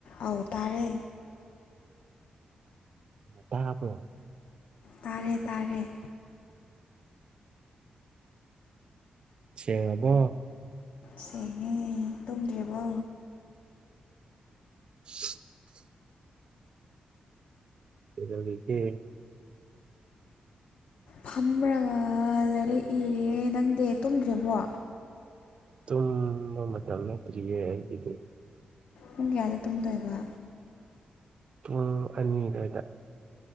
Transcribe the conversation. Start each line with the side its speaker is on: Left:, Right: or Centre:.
Left: ꯑꯧ ꯇꯥꯔꯦ
Right: ꯇꯥꯕ꯭ꯔꯣ
Left: ꯇꯥꯔꯦ ꯇꯥꯔꯦ
Right: ꯁꯦꯡꯉꯕꯣ
Left: ꯁꯦꯡꯉꯦ ꯇꯨꯝꯗ꯭ꯔꯤꯕꯣ
Right: <inaudible> ꯀꯩꯗꯧꯔꯤꯒꯦ
Left: ꯐꯝꯔꯒ ꯂꯥꯏꯔꯤꯛ ꯏꯔꯤꯌꯦ ꯅꯪꯗꯤ ꯇꯨꯝꯗ꯭ꯔꯤꯕꯣ
Right: ꯇꯨꯝꯕ ꯃꯇꯝ ꯅꯠꯇꯔꯤꯌꯦ ꯑꯩꯒꯤꯗꯤ
Left: ꯄꯨꯡ ꯀꯌꯥꯗ ꯇꯨꯝꯗꯣꯏꯕ
Right: ꯄꯨꯡ ꯑꯅꯤ ꯑꯗꯥꯏꯗ